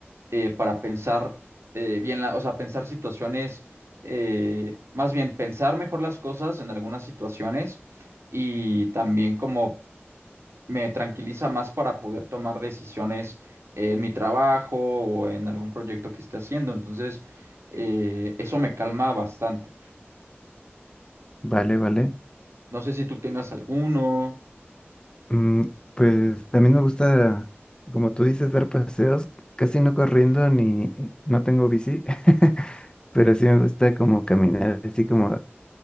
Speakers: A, on the right; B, on the left.
A: eh, para pensar eh, bien, la- o sea, pensar situaciones, eh, más bien pensar mejor las cosas en algunas situaciones y también como me tranquiliza más para poder tomar decisiones eh, en mi trabajo o en algún proyecto que esté haciendo. Entonces, eh, eso me calma bastante.
B: Vale, vale.
A: No sé si tú tengas alguno.
B: Mm, pues también me gusta, como tú dices, dar paseos, casi no corriendo ni no tengo bici, <laughs> pero sí me gusta como caminar, así como,